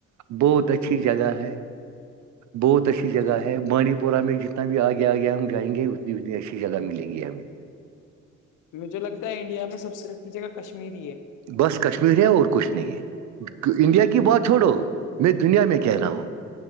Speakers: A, on the right; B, on the left.
A: بہت
B: ہاں
A: اچھی جگہ ہے بہت اچھی جگہ
B: جی
A: ہے بانڈی پورہ میں جتنا بھی آگے آگے ہم جائیں گے اتنی اتنی اچھی جگہ
B: ہ
A: ملیں گی ہمیں
B: مجھے لگتا ہے انڈیا میں سب سے اچھی جگہ کشمیری ہے
A: بس کشمیر ہے اور کچھ نہیں ہے
B: ہ
A: انڈیا کی بات
B: وہ
A: چھوڑو
B: تو
A: میں دنیا میں کہہ رہا ہوں